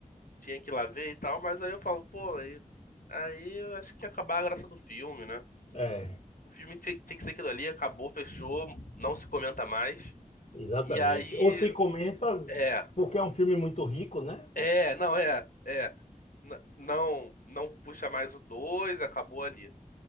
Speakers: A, on the left (about 80°); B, on the left (about 60°).
A: tinha que ir lá ver e tal, mas aí eu falo, pô, aí, aí eu acho que ia acabar a graça do filme, né?
B: É,
A: O filme tem, tem que ser aquilo ali, acabou, fechou, não se comenta mais.
B: exatamente.
A: E aí,
B: Ou se comenta,
A: é,
B: porque é um filme muito rico, né?
A: é, não, é, é, n- não, não puxa mais o 2 acabou ali.